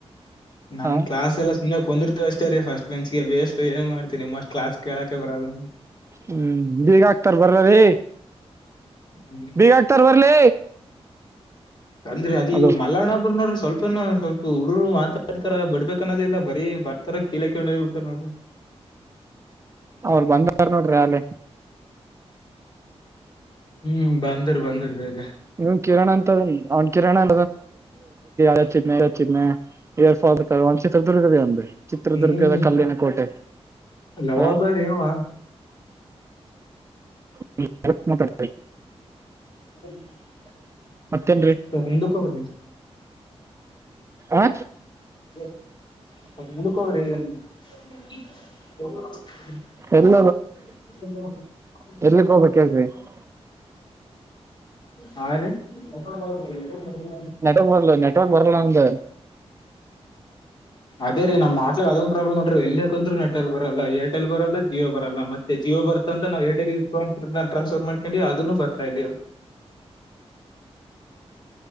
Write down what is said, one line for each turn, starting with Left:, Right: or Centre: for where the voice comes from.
Left: ನಮ್
Right: ಹ
Left: ಕ್ಲಸ್ ಎಲ್ಲ ಸುಮ್ಮನೆ್ ಕೊಂದಿತ ಅಷ್ಟ ರೀ ಫಸ್ಟ್ ಬೆಂಚ್ಗೆ ವೇಸ್ಟ್ ಏನ್ ಮಾಡ್ತೀನ ನಿಮ್ಮ ಅಷ್ಟ ಕ್ಲಾಸ್ ಕೇಳೋಕ ಬರಲ್ಲ
Right: ಹ್ಮ್ ಬೀಗ ಆಕ್ತಾರ ಬರ್ರರಿ
Left: ಹ್ಮ್
Right: ಭೀಗ ಅಕ್ತರ್ ಬರ್ಲಿ
Left: ಅಂದ್ರೆ ಅ ಇವ್
Right: ಅಲೋ
Left: ಮಲ್ಲಾಪುರ ನೋಡ್ರ ಸ್ವಲ್ಪ ಇ ಸ್ವಲ್ಪ ಹುಡುರು ಮಾತಾಡ್ತಾರ ಬಿಡ್ಬೇಕ ಅನ್ನೋದ ಇಲ್ಲ ಬರೀ ಬರ್ತಾರ ಕೀಲಿ ಹಾಕೊಂಡ್ ಹೋಗಿ ಬಿಡ್ತಾರ ನೋಡ್ರಿ
Right: ಅವ್ರ ಬಂದಾರ ನೋಡ್ರಿ ಅಲ್ಲಿ
Left: ಹ್ಮ್ ಬಂದ್ರಿ ಬಂದರ ಈಗ
Right: ಇವ್ ಕಿರಣ್ ಅಂತ ಅವ್ನ್ ಕಿರಣ ಅ ಚಿಹ್ನೆ <unintelligible> ಏರ್ಫಲ್ ಚಿತ್ರದುರ್ಗದ ಅದೇ ಚಿತ್ರದುರ್ಗದ
Left: ಹ್ಮ್
Right: ಕಲ್ಲಿನ ಕೋಟೆ
Left: ಲವಬರಿ
Right: ಹ
Left: ಅವ
Right: <unintelligible>
Left: <unintelligible>
Right: ಮತ್ತೇನ್ರಿ
Left: ಸ್ವಲ್ಪ ಮುಂದಕ್ ಹೋಗ್ರಿ
Right: ಆ
Left: <unintelligible> <unintelligible>
Right: ಎಲ್ಲಿ ಬೇಕೆ <unintelligible>
Left: ಹಾರಿ <unintelligible>
Right: <unintelligible> ಇ ಬರಲ್ಲ ಅಂದೆ
Left: ಅದೇ ರೀ ನಮ್ಮಮಾ ಅದೊಂದು ಪ್ರಾಬ್ಲ ನೋಡ್ರಿ ಎಲ್ಲೇ ಕುಂತ್ರು ನೆಟ್ವರ್ಕ್ ಬರಲ್ಲ ಏರ್ಟೆಲ್ ಬರಲ್ಲ ಜಿಯೋ ಬರಲ್ಲ ಮತ್ತೆ ಜಿಯೋ ಬರ್ತ ಅಂತ ನಾವು ಏರ್ಟಲ್ ಇಟ್ಕೊಂಡ ಟ್ರಾನ್ಸ್ಫರ್ ಮಾಡ್ಕೊಂಡಿ ಅದೂ ಬರ್ತ ಇಲ್ಲಾ